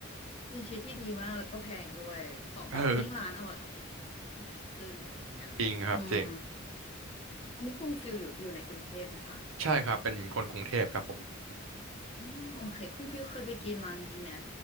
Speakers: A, on the left; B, on the right.
A: เป็นชีวิตที่ดีมากแล้วก็แพงด้วยของแบบยิ่งร้านอร่อย
B: เออ
A: แพงขึ้นอะไรอย่างเงี้ยอืม
B: จริงครับจริง
A: อันนี้คุณฟิลอยู่อยู่ในกรุงเทพไหมคะ
B: ใช่ครับเป็นคนกรุงเทพครับผม
A: อ๋อโอเคคุณฟิลเคยไปกินร้านนี้ไหม